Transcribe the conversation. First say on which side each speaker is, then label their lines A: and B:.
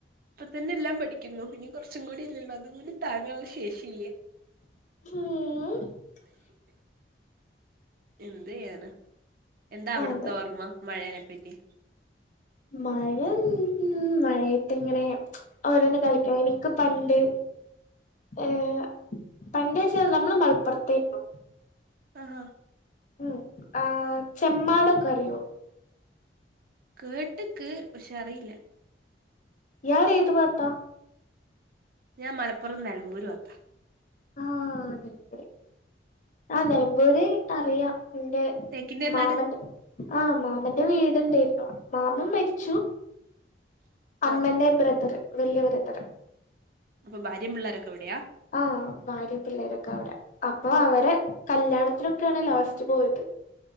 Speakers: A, on the right; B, on the left.
A: ഇപ്പൊ തന്നെ എല്ലാം പഠിക്കുന്നു മോഹിന കുറച്ചും കൂടി അല്ലേള്ളൂ അതും കൂടി താങ്ങാനുള്ള ശേഷി ഇല്ലേ
B: ആ
A: എന്തയാന എന്താ അവിടുത്തെോഓർമ്മ
B: അതെ
A: മഴേനെപ്പറ്റി
B: മഴ ഉ മഴയത്തി ഇങ്ങനെ ഓരോന്ന് കളിക്കാം എനിക്ക് പണ്ട് ഏർ പണ്ടച്ച നമ്മള് മലപ്പുറത്തായിരുന്നുോ
A: ആഹാ
B: ഉം ആ ചെ്മ്മമാട കറിയോ
A: കേട്ടക്ക് പക്ഷെ അറിയില്ല
B: യറെ ഏതുവാ അത്ത
A: ഞാൻ മലപ്പുറം നിലമ്പൂര് വത്താ
B: ആഹ നിലമ്പൂരി ആ നിലമ്പൂരി അറിയാം പിന്റെ
A: തേക്കിന്റെ
B: മാമന്റെ
A: നാട്
B: ആഹ മാമന്റെ വീടുണ്ടായിരുന്നു മാമൻ മരിച്ചു അമ്മന്റെ
A: ആഹ്
B: ബ്രതറ് വല്യ ബ്രതറ്
A: അപ്പൊ ഭാര്യ പിള്ളേരൊക്കെ ഇവിടെയാ
B: ആഹ ഭാര്യയും പിള്ളേരൊക്കെ അവര് അപ്പൊ അവരെ കല്യാണത്തിനൊക്കെയാണ് ലാസ്റ്റ് പോയത്